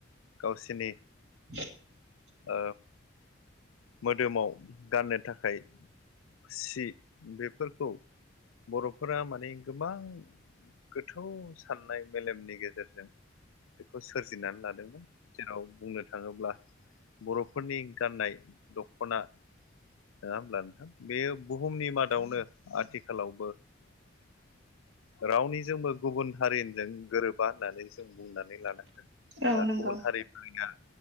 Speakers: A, on the left (about 80°); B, on the right (about 55°).
A: गावसिनि
B: <unintelligible>
A: ओ मोदोमाव गाननो थाखाय सि बेफोरखौ बर'फोरा माने गोबां। गोथौ साननाय मेलेमनि गेजेरजों बेखौ सोरजिनानै लादोंमोन जेराव बुंनो थाङोब्ला बर'फोरनि गाननाय दख'ना नङा होनब्ला नोंथां बेयो बुहुमनि मादावनो आथिखालावबो
B: <inaudible>
A: रावनिजोंबो गुबुन हारिनिजों गोरोबा होननानै जों बुंनानै लानाङो।
B: औ
A: दा
B: नंगौ
A: गुबुन हारिफोरया